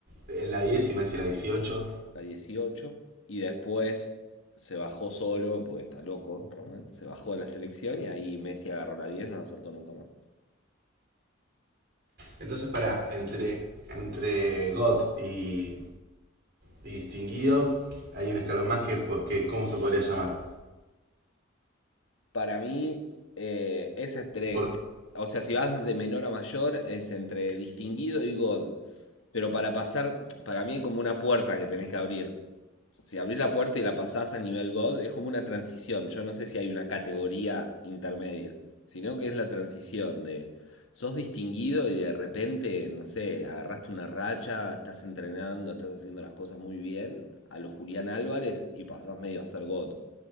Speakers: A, on the right; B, on the left.
A: en la 10 y Messi la dieciocho
B: la 18 y después se bajó solo, porque está loco, Román, se bajó de la selección y ahí Messi agarró la 10 no la soltó nunca más.
A: Entonces, para, entre, entre GOT y, y distinguido, hay un escalón más que, que ¿cómo se podría llamar?
B: Para mí eh, es entre,
A: Por,
B: o sea, si vas de menor a mayor, es entre distinguido y God. Pero para pasar, para mí es como una puerta que tenés que abrir. Si abrís la puerta y la pasás a nivel God, es como una transición. Yo no sé si hay una categoría intermedia, sino que es la transición de sos distinguido y de repente, no sé, agarraste una racha, estás entrenando, estás haciendo las cosas muy bien, a lo Julián Álvarez y pasás medio a ser God.